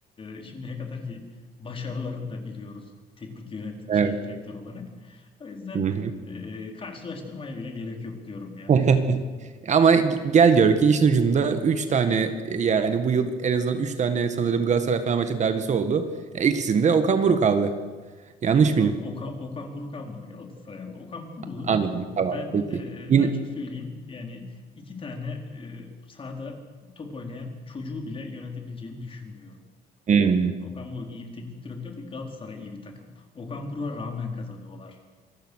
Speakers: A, on the left; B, on the right.
A: e, şimdiye kadar ki başarılarını da biliyoruz teknik yönet
B: Evet.
A: şey direktör olarak. O yüzden
B: Hı
A: e, karşılaştırmaya bile gerek yok diyorum ya.
B: hı. <laughs> Ama gel gör ki işin ucunda 3 tane e, yani bu yıl en azından 3 tane sanırım Galatasaray Fenerbahçe derbisi oldu. Ya, İkisinde Okan Buruk aldı. Yanlış
A: Okan,
B: mıyım?
A: Okan, Okan Buruk almadı Galatasaray aldı. Okan Buruk'un
B: Anladım. Tamam.
A: ben
B: Peki.
A: e,
B: Yine...
A: açık söyleyeyim yani iki tane e, sahada top oynayan çocuğu bile yönetebileceğini düşünmüyorum.
B: Hmm,
A: Okan Buruk iyi bir teknik direktör değil Galatasaray iyi bir takım. Okan Buruk'a rağmen kazanıyorlar.